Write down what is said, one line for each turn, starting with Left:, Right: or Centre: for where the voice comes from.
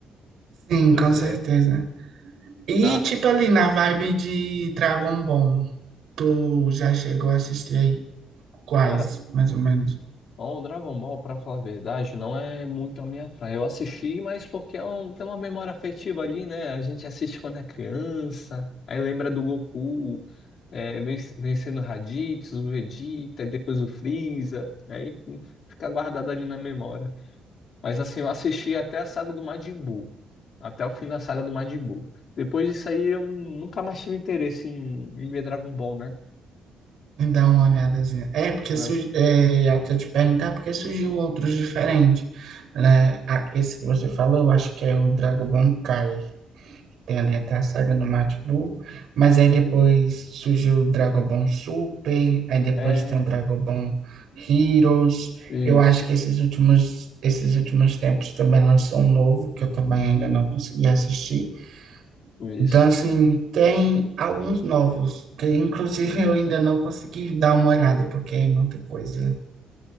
Right: Sim,
Left: Pois
Right: com certeza.
Left: é.
Right: E,
Left: Ca-
Right: tipo, ali na vibe de Dragon Ball, tu já chegou a assistir aí quais,
Left: Cara,
Right: mais ou menos?
Left: Ó, o Dragon Ball, pra falar a verdade, não é muito a minha praia. Eu assisti, mas porque é um- tem uma memória afetiva ali, né? A gente assiste quando é criança, aí lembra do Goku, é, ven- vencendo o Raditz, o Vegeta, e depois o Freeza, aí fica guardado ali na memória. Mas assim, eu assisti até a saga do Majin Buu, até o fim da saga do Majin Buu. Depois disso aí, eu nunca mais tive interesse em, em ver Dragon Ball, né?
Right: Me dá uma olhadazinha. É, porque
Left: Né?
Right: su- é, ia até te perguntar, porque surgiu outros diferentes, né? Ah, esse que você falou, eu acho que é o Dragon Ball Kai. Tem ali até a saga do Majin Buu, mas aí depois surgiu o Dragon Ball Super, aí depois
Left: É,
Right: tem o Dragon Ball Heroes.
Left: isso.
Right: Eu acho que esses últimos, esses últimos tempos também lançou um novo, que eu também ainda não consegui assistir.
Left: Isso.
Right: Então, assim, tem alguns novos, que inclusive eu ainda não consegui dar uma olhada, porque é muita coisa.